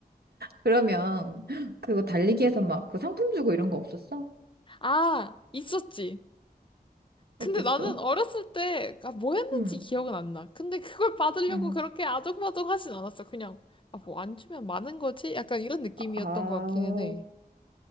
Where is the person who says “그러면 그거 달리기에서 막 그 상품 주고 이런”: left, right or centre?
Right